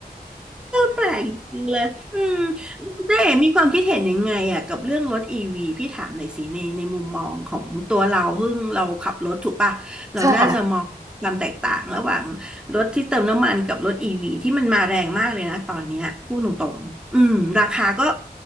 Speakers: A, in the centre; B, on the right.
A: แปลกจริงเลยอืมแล้วคุณเจ๊มีความคิดเห็นยังไงอ่ะกับเรื่องรถอีวีพี่ถามหน่อยสิในในมุมมองของตัวเราซึ่งเราขับรถถูกป่ะเราน่าจะมองความแตกต่างระหว่าง
B: ค่ะ
A: รถที่เติมน้ำมันกับรถอีวีที่มันมาแรงมากเลยนะตอนเนี้ยพูดตรงๆอืมราคาก็